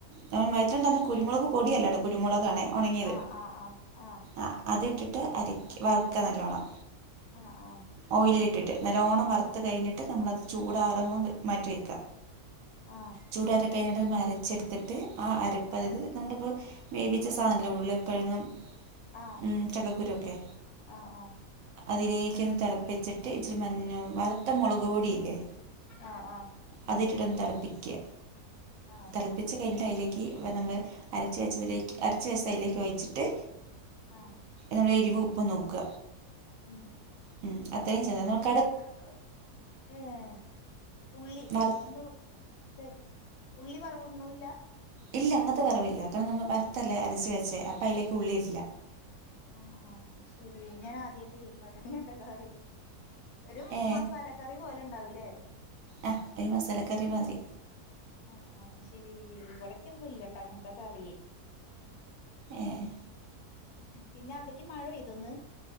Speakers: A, on the right; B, on the left.
A: ഞമ്മള് <unintelligible> കുരുമുളക് പൊടിയല്ലട്ടോ കുരുമുളകാണെ ഒണങ്ങിയത്
B: ആ ആ ആ ആ ഹാ
A: ആഹ് അതിട്ടിട്ട് അരക്കി വറക്ക് നല്ലോണം
B: ആഹ് ആഹാ
A: ഓയിലിലിട്ടിട്ട് നല്ലോണം വറുത്ത് കഴിഞ്ഞിട്ട് നമ്മളത് ചൂടാറാ ൻ മാറ്റി വെക്ക
B: ആഹ്
A: ചൂടാ റി കഴിഞ്ഞ്ട്ട് നമ്മളരച്ചെടുത്തിട്ട് ആ അരപ്പ് അതായത്
B: ആഹ്
A: നമ്മളിപ്പൊ വേവിച്ച സാധനവുല്ലെ ഉരുള്ള കെഴങ്ങും,
B: ആഹ്
A: ഉം ചക്കക്കുരുവൊക്കെ
B: ആഹ് ആഹ് ആഹ്
A: അതിലേക്കങ്ങ് തെളപ്പിച്ചിട്ട് ഇച്ചിരി മഞ്ഞ വറുത്ത മൊളക് പൊടിയില്ലേ?
B: ആഹ ആഹ
A: അതിട്ടിട്ടൊന്നു തെളപ്പിക്ക
B: ആഹ് ആഹ്
A: തെള പ്പിച്ച് കഴിഞ്ഞിട്ട് അയിലേക്ക് ഇന നമ്മള് അരച്ച വെച്ചതിലേക്ക് അരച്ച് വെച്ചതയിലേട്ട് ഒഴിച്ചിട്ട്
B: ആഹ്
A: നമ്മള് എരിവും ഉപ്പും നോക്ക
B: ഉം
A: ഉം അത്രയും ചെയ്ത എ
B: അത്രയും ഏഹേ ഉള്ളി
A: വറ
B: ഒന്നും ചെ ഉള്ളി വറവുടുണുല്ല?
A: ഇല്ല അങ്ങത്തെ വറവില്ല കാരണം നമ്മള് വറുത്തല്ലേ അരച്ച് വെച്ചേ അപ്പയിലേക്ക് ഉള്ളിയിടില്ല
B: ആഹ് ആഹ് ആഹ് ആഹ് അഹ്ശെരി ഞാനാദ്യായിട്ട് കേക്കാട്ടോ ഇങ്ങത്തെ കറി ഒരു
A: ഏ
B: മസാലക്കറി പോലെണ്ടാവുലെ?
A: ആ ഒരു മസാല കറി മാതിരി
B: ആഹ് ആ ശെരി ഇവിടക്കൊന്നും ഇല്ലട്ടോ അങ്ങനത്തെക്കെ അറിയേ
A: ആഹ്
B: പിന്നെ അവിടേക്ക് മഴ പെയ്ത ഒന്ന്